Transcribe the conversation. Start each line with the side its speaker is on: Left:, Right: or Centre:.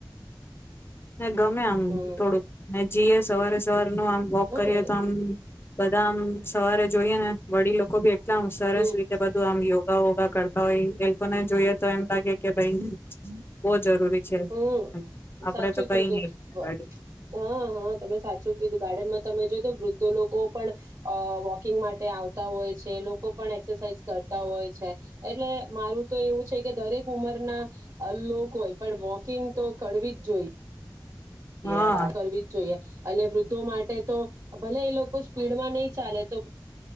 Left: હા ગમે આમ
Right: હમ
Left: થોડુંક ને જીએ સવારે સવારે આમ વોક
Right: હા
Left: કરીએ
Right: એ
Left: તો આમ બધા આમ સવારે જોઈએ ને વડીલ લોકો ભી એટલા સરસ
Right: હમ
Left: રીતે બધું આમું યો યોગા વોગા કરતા હોય એ લોકોને જોઈએ તો એમ લાગે કે ભાઈ બો જરૂરી છે.
Right: સાચું
Left: આપડે તો કઈ
Right: કીધુ
Left: નઈ પણ ગાડી
Right: હા હા તમે સાચું કીધુ ગાર્ડનમાં તમે જો તો વૃદ્ધો લોકો પણ અ વોકિંગ માટે આવતા હોય છે લોકો પણ એક્સરસાઇઝ કરતા હોય છે એટલે મારું તો એવું છે કે દરેક ઉંમરના લોક હોય પણ વોકિંગ તો કરડવી જ જોઈએ
Left: હા
Right: આ કરવી જ જોઈએ અને વૃદ્ધો માટે તો ભલે એ લોકો સ્પીડમાં નહી ચાલે તો